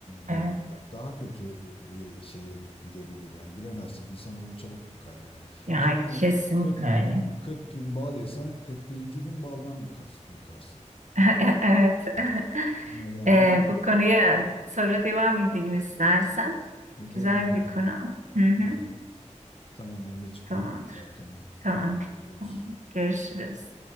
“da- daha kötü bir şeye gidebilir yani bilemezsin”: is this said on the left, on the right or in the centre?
Left